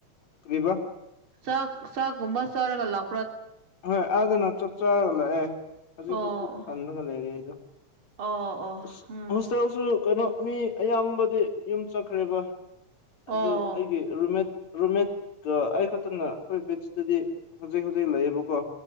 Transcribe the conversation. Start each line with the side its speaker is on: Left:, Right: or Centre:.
Left: ꯀꯔꯤꯕꯥ
Right: ꯆꯥꯛ ꯆꯒꯨꯝꯕ ꯆꯔꯒ ꯂꯥꯎ
Left: ꯍꯣꯏ ꯑꯗꯨꯥꯗꯅ ꯆꯞ ꯆꯥꯔꯒ ꯂꯥꯛꯑꯦ ꯍꯧꯖꯤꯛꯐꯥꯎ
Right: ꯑꯣ
Left: ꯄꯨꯛ ꯊꯜꯂꯒ ꯂꯩꯔꯤ ꯑꯩꯗꯣ ꯑ
Right: ꯑꯣ ꯑꯣ ꯎꯝ
Left: ꯍꯣꯁꯇꯦꯜꯁꯨ ꯀꯩꯅꯣ ꯃꯤ ꯑꯌꯥꯝꯕꯗꯤ ꯌꯨꯝ ꯆꯠꯈ꯭ꯔꯦꯕ
Right: ꯑꯣ
Left: ꯑꯗꯨ ꯑꯩꯒꯤ ꯔꯨꯝꯃꯦꯠ ꯔꯨꯝꯃꯦꯠꯀ ꯑꯩ ꯈꯛꯇꯅ ꯑꯩꯈꯣꯏ ꯕꯦꯠꯁꯤꯇꯗꯤ ꯍꯧꯖꯤꯛ ꯍꯧꯖꯤꯛ ꯂꯩꯌꯦꯕꯀꯣ